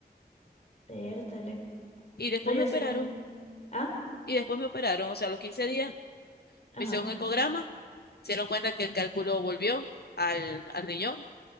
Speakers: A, on the left (about 45°); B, on the left (about 70°).
A: pértale.
B: Y después
A: No, yo
B: me operaron,
A: sé. Ah,
B: y después me operaron, o sea, a los 15 días
A: ajá,
B: me hicieron un ecograma Se dieron cuenta que el cálculo volvió al, al riñón